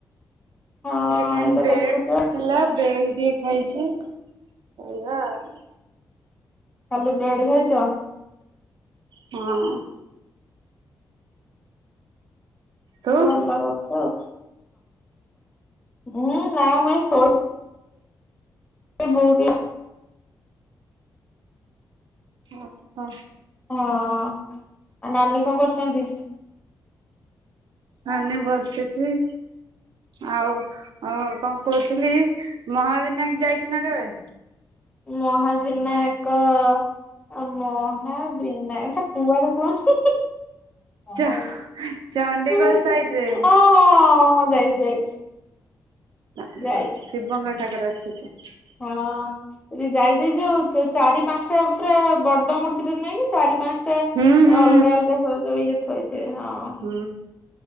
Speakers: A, on the left; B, on the right.
A: ହଁ
B: ବ୍ରେଡ଼
A: ଏଇତ ଦେଖୁଛ
B: ଥିଲା ବ୍ରେଡ଼ ବି ଖାଇଛି ହେଲା ଆଉ।
A: ଖାଲି ବ୍ରେଡ୍ ଖାଇଛ?
B: ହଁ। ହଁ ତୁ
A: ଆଉ ଭଲ ଗଛ। ଏଁ ନା ମୁଇଁ ଶୁଇ <inaudible>
B: ଅ ହ।
A: ହଁ ଆଉ ନାନୀ କଣ କରୁଛନ୍ତି?
B: ନାନି ବସିଛି। ଆଉ ଅଁ କଣ କହୁଥିଲି ମହାବିନାୟକ ଯାଇଛୁ ନା କେବେ?
A: ମହାବିନାୟକ। ଆ ମହାବିନା ଇଟା କୁଆଡେ ପହଞ୍ଚି
B: ଚ
A: ହଁ
B: ଚଣ୍ଡିଖୋଲ
A: ହଁ
B: ସାଇଡ ରେ
A: ହଁଁ ମୁଁ ଯାଇଛି ଯାଇଛି।
B: ନ
A: ଯାଇଛି
B: ଶିବଙ୍କ ଠାକୁର ଅଛି ସେଇଠି।
A: ହଁ। ଯାଇ ଯାଇ ଯୋଉ ଚାରି ପାଞ୍ଚଟା ପୁରା ବଡ ମୂର୍ତ୍ତିଟେ ନାହିଁ ଚାରି ପାଞ୍ଚ ସେ
B: ହୁଁ ହୁଁ
A: ଅଲଗା ଅଲଗା ସବୁ ଯଉ ଇଏ ଥୋଇଥିବେ ହଁ।
B: ହୁଁ।